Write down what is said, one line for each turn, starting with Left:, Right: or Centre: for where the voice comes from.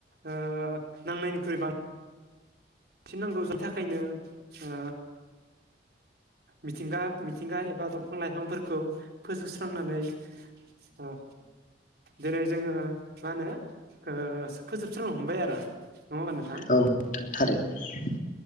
Right: ओ‌ नांनायनिख्रुइ बांसिन फिनांगौ जा थाखायनो ओ मिथिंगा मिथिंगा एबा दंफां लाइफांफोरखौ फोजोबस्रांनानै ओ दिनै जोङो मा होनो ओ फोजोबस्रांनो हमबाय आरो नङा होनबा नोंथां।
Left: औ नोंथां थारैनो।